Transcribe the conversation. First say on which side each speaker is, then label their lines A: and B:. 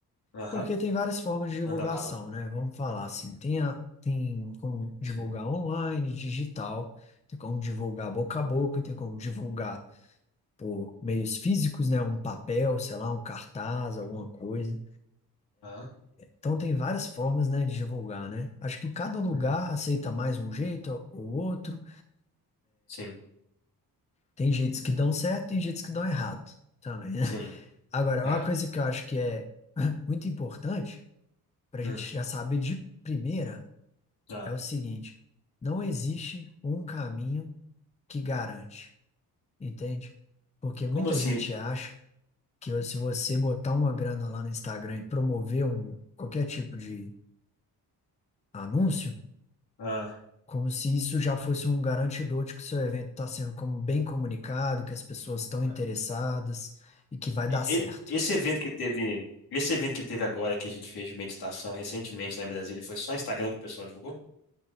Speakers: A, on the left (about 70°); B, on the left (about 15°).
A: aham,
B: Porque tem várias formas de divulgação,
A: manda bala.
B: né? Vamos falar assim, tem, a, tem como divulgar
A: Sim.
B: online, digital, tem como divulgar boca a boca, tem como divulgar por meios físicos, né? Um papel, sei lá, um cartaz, alguma coisa.
A: Ah,
B: Então tem várias formas, né, de divulgar, né? Acho que cada lugar
A: uhum,
B: aceita mais um jeito ou outro.
A: Sim,
B: Tem jeitos que dão certo, tem jeitos que dão errado também, né?
A: sim,
B: Agora,
A: é.
B: uma coisa que eu acho que é <clears throat> muito importante para
A: hum,
B: a gente já saber de primeira
A: ah.
B: é o seguinte: não existe um caminho que garante, entende? Porque muita
A: Como assim?
B: gente acha que se você botar uma grana lá no Instagram e promover um, qualquer tipo de anúncio,
A: Ah.
B: como se isso já fosse um garantidor de que o seu evento está sendo como bem comunicado, que as pessoas estão
A: ah,
B: interessadas e que vai dar certo.
A: E- Esse evento que teve, esse evento que teve agora que a gente fez de meditação recentemente lá em Brasília, foi só Instagram que o pessoal divulgou?